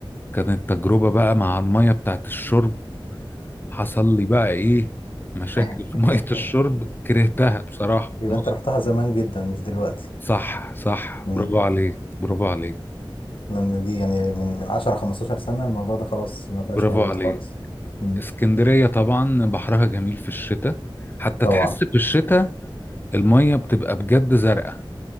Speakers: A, on the left; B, on the left.
A: كانت تجربة بقى مع المية بتاعت الشرب حصل لي بقى ايه مشاكل
B: <laughs>
A: في مية الشرب كرهتها بصراحة
B: يبقى
A: ما-
B: انت رحتها زمان جدا مش دلوقتي
A: صح صح
B: مم.
A: برافو عليك برافو عليك
B: لان دي يعني من من 10 15 سنة الموضوع ده خلاص ما بقاش
A: برافو
B: موجود
A: عليك
B: خالص مم.
A: اسكندرية طبعا بحرها جميل في الشتاء حتى
B: طبعا
A: تحس في الشتاء المية بتبقى بجد زرقاء